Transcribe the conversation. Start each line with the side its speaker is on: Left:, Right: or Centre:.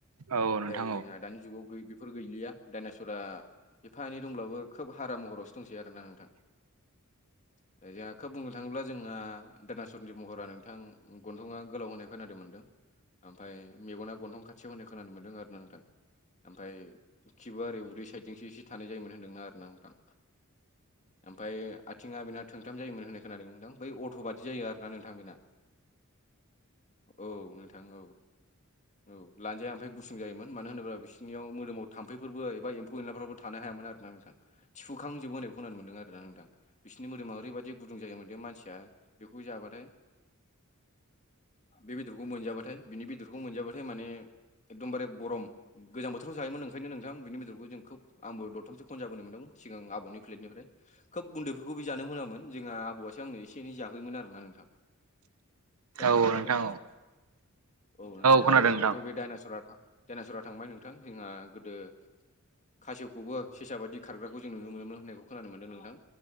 Right: औ
Left: नाथाय
Right: नोंथां औ
Left: जोंहा दानि जुगाव बेफोर गैलिया। दाइनास्वरा एफा एनै दंब्लाबो खोब हारा महरावसो दंसै आरोना नोंथां। <inaudible> जोंहा खोब बुंनो थाङोब्ला जोंहा दायनाचरज महरा नोंथां गन्थंआ गोलाव होनाय खोनानो मोनदों। ओमफ्राय मेगना गन्थं खाथियाव होननाय खोनानो मोनदों आरोना नोंथां ओमफ्राय खिबुआ ओरै उदै साइडजोंसो एसे थानाय जायोमोन होन्दोंना आरोना नोंथां। ओमफ्राय आथिंआ बेना थोंथाम जायोमोन होननाय खोनादों नोंथां बै अट' बादि जायो आरोना नोंथां बेना। औ नोंथां औ। औ लान्जाया ओमफ्राय गुसुं जायोमोन मानो होनोब्ला बिसोरनियाव मोदोमाव थाम्फैफोरबो एबा एम्फौ एनलाफोरबो थानो हायामोन आरोना नोंथां थिफुखांजोबबो होनायखौ खोनानो मोन्दों आरोना नोंथां। बिसोरनि मोदोमा ओरैबायदि गुदुं जायोमोन बे मानसिया बेखौ जाबाथाय बे बेदरखौ मोनजाबाथाय बिनि बेदरखौ मोनजाबाथाय माने एकदम बारे गरम गोजां बोथोराव' जायोमोन ओं। नोंथां बिनि बेदरखौ जों खोब आंबो दरथामसो खनजाबोनो मोनदों सिगां आबौनि प्लेटनिफ्राय। खोब उन्दैफोरखौ बि जानो मोनामोन जोंहा आबौआसो आंनो एसे एनै जाहयमोन आरोना नोंथां। खोनानो
Right: औ
Left: मोनदोंना
Right: नोंथां
Left: नोंथांआ?
Right: औ
Left: औ नोंथां
Right: खोनादों
Left: आरो
Right: नोंथां
Left: बेथ' बे दाइनाचरा दाइनाचरा थांबाय नोंथां जोंहा गोदो खासेवखौबो सेसा बायदि खारग्राखौ जों नुनो मोनोमोन होननायखौ खोनानो मोनदों नोंथां।